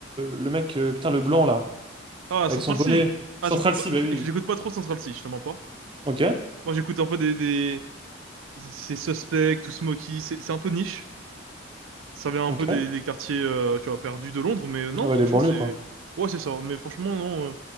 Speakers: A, on the right; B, on the right.
A: le mec, euh, putain, le blanc, là,
B: ah,
A: avec
B: Central
A: son bonnet.
B: C. Ah,
A: Central
B: j'écoute pas,
A: C,
B: j'ai-
A: bah oui.
B: j'écoute pas trop Central C, je te mens pas.
A: Ok,
B: Moi, j'écoute un peu des, des, c'est Suspect, Too Smoky, c'est c'est un peu niche. Ça vient un
A: ok.
B: peu des, des quartiers, euh, tu vois, perdus de Londres, mais non,
A: Ouais,
B: franchement,
A: les banlieues,
B: c'est...
A: quoi.
B: Ouais, c'est ça. Mais franchement, non, euh,